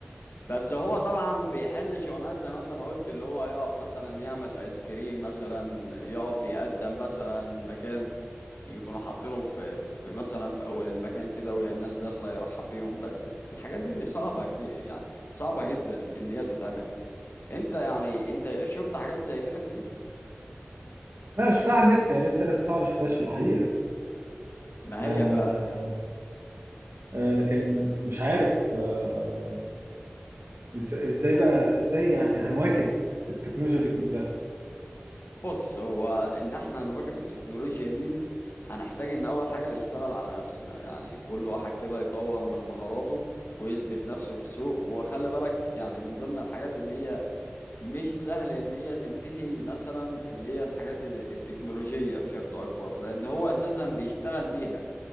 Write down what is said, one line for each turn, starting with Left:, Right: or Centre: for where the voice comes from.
Left: بس هو طبعا بيحل شغلانات زي ما انت ما قلت اللي هو يقف مثلا يعمل ايس كريم مثلا يقف يقدم مثلا مكان يكونوا حاطينه في في مثلا في اول المكان كده وهي الناس داخله يرحب بيهم بس الحاجات دي دي صعبه كبيره يعني صعبه جدا ان هي تتعمل انت يعني انت شفت حاجات زي كده كتير
Right: لا شفتها على النت يعني لسه لسه طبعاً ما شفتهاش في الحقيقه
Left: ما
Right: آه
Left: هي فعلا
Right: آه لكن مش عارف آه إز- ازاي بقى ازاي يعني هنواكب التكنولوجيا دي كلها
Left: بص هو ان احنا نواكب التكنولوجيا دي دي هنحتاج ان اول حاجه نشتغل على نفسنا يعني كل واحد كده يطور من مهاراته ويثبت نفسه في السوق وخلي بالك يعني من ضمن الحاجات اللي هي مش سهل ان هي تنتهي مثلا اللي هي الحاجات التكنولوجية بشكل اكبر لان هو اساسا بيشتغل بيها